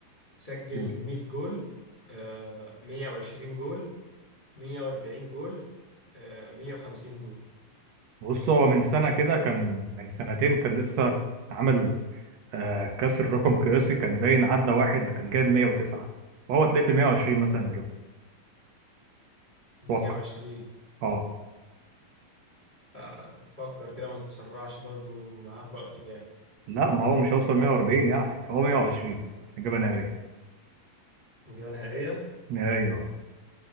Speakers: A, on the left; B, on the right.
A: سجل
B: قول
A: 100 جول آه، 120 جول 140 جول آه، 150 جول
B: بص هو من سنه كده كان من سنتين كان لسه عامل آه كسر رقم قياسي كان باين عدى واحد كان جايب 109 فهو تلاقيه في 120 مثلا دلوقتي
A: 120
B: اتوقع اه
A: آه، فكر كده ما تتسرعش برضو معاك وقت يعني
B: لا ما هو مش هيوصل 140 يعني هو 120 اجابه نهائيه
A: الإجابة نهائية
B: نهائيه اه